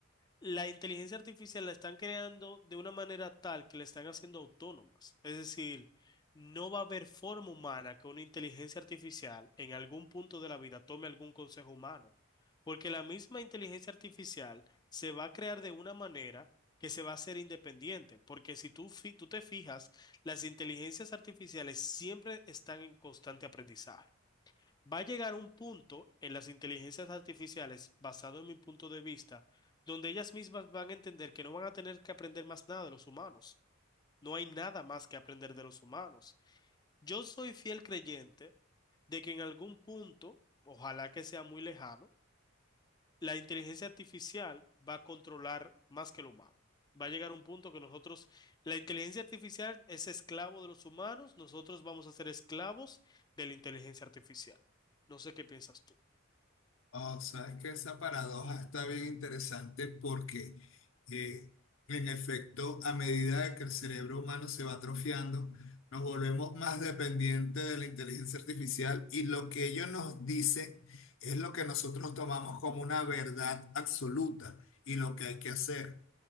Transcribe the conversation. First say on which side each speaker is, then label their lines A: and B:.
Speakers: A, on the left; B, on the left.
A: la inteligencia artificial la están creando de una manera tal que la están haciendo autónomas. Es decir, no va a haber forma humana que una inteligencia artificial en algún punto de la vida tome algún consejo humano, porque la misma inteligencia artificial se va a crear de una manera que se va a hacer independiente, porque si tú, fi- tú te fijas, las inteligencias artificiales siempre están en constante aprendizaje. Va a llegar un punto en las inteligencias artificiales, basado en mi punto de vista, donde ellas mismas van a entender que no van a tener que aprender más nada de los humanos. No hay nada más que aprender de los humanos. Yo soy fiel creyente de que en algún punto, ojalá que sea muy lejano, la inteligencia artificial va a controlar más que el humano. Va a llegar un punto que nosotros, la inteligencia artificial es esclavo de los humanos, nosotros vamos a ser esclavos de la inteligencia artificial. No sé qué piensas tú.
B: Oh, sabes que esa paradoja está bien interesante porque, eh, en efecto, a medida de que el cerebro humano se va atrofiando, nos volvemos más dependientes de la inteligencia artificial y lo que ellos nos dicen es lo que nosotros tomamos como una verdad absoluta y lo que hay que hacer.